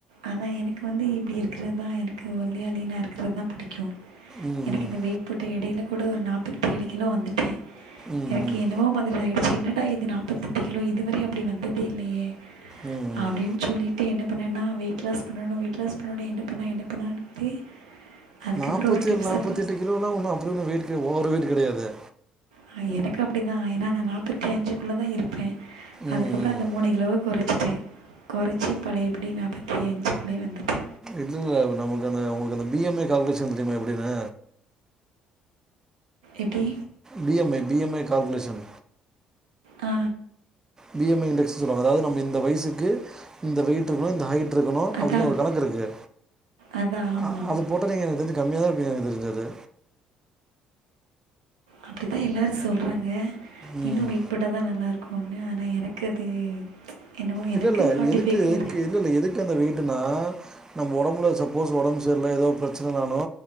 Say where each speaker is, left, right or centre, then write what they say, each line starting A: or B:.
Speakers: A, on the right (about 80°); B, on the right (about 15°).
A: ஆனா எனக்கு வந்து இப்படி இருக்கிறதுதான் எனக்கு ஒல்லியா லீனா இருக்கிறது தான் பிடிக்கும்
B: ம்
A: எனக்கு
B: ம்
A: இந்த வெயிட் போட்ட இடையில கூட ஒரு நாற்பத்தி ஏழு கிலோ வந்துட்டேன்
B: ம்
A: எனக்கு
B: ம்
A: என்னவோ மாதிரி ஆயிடுச் என்னடா இது நாற்பத்தெட்டு கிலோ இதுவரை அப்படி வந்ததே இல்லையே
B: ம் ம்
A: அப்படின்னு சொல்லிட்டு என்ன அப்பண்ண என்ன வெயிட் லாஸ் பண்ணணும் வெயிட் லாஸ் பண்ணணும் என்ன பண்ணா என்ன பண்ணான்ட்டு அதுக்கப்புறம்
B: நாப்பத்தி
A: ஒரு டிப்ஸை
B: ஏழு நாற்பத்தி எட்டு கிலோ எல்லாம் ஒண்ணும் அப்படி வெயிட் இல்லயே ஓவர் வெயிட் கிடையாதே
A: ஆஹ் எனக்கு அப்ப அப்படிதான் ஏன்னா நான் நாற்பத்தி அஞ்சுக்குள்ள தான் இருப்பேன்
B: ம்
A: அதுக்கப்புறம்
B: ம்
A: அந்த மூணு கிலோவ குறைச்சிட்டேன் குறைச்சி பழைய படி நாற்பத்தி அஞ்சு க்குள்ள வந்துட்டேன்
B: இல்ல நமக்கு அந்த உங்களுக்கு அந்த பிஎம்ஏ கால்குலேஷன் தெரியுமா எப்படின்னு
A: எப்டி
B: B M I B M I calculation
A: ஆ
B: பி எம் ஐ இன்டெக்ஸ் சொல்லுவாங்க அதாவது நம்ம இந்த வயிசுக்கு இந்த வெயிட் இருக்கனு இந்த ஹைட் ஹைட் இருக்கணு அப்டின்னு
A: அதான்
B: ஒரு கணக்கு இருக்கு
A: அதான் ஆமாம்
B: ஆ அது போட்டா நீங்க எனக்கு தெருஞ்சு கம்மியாதா இருப்பீங்க எனக்கு தெருஞ்சு அது
A: அப்டித்தா எல்லாரு சொல்றாங்க
B: ம்
A: இன்னு வெயிட் போட்டதா நல்லா இருக்கு ஒன்னு ஆனா எனக்கு அது என்னவோ
B: இல்ல
A: எனக்கு
B: இல்ல
A: ஃபார்ட்டி
B: எதுக்கு
A: ஃபைவ்க்குள்ளே
B: எதுக்கு
A: இருக்குது
B: இல்ல இல்ல எதுக்கு அந்த வெயிட் ட்டுன்னா நம்ம ஒடம்புல சப்போஸ் ஒடம் செரியில்ல எதோ பிரச்சனைனாலு‌